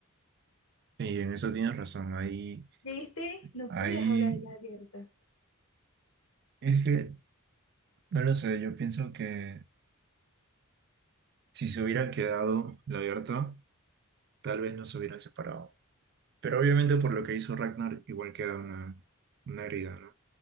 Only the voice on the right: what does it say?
y en eso tienes razón. Ahí,
ahí
es que no lo sé. Yo pienso que si se hubiera quedado la Berta, tal vez no se hubieran separado. Pero obviamente por lo que hizo Ragnar, igual queda una, una herida, ¿no?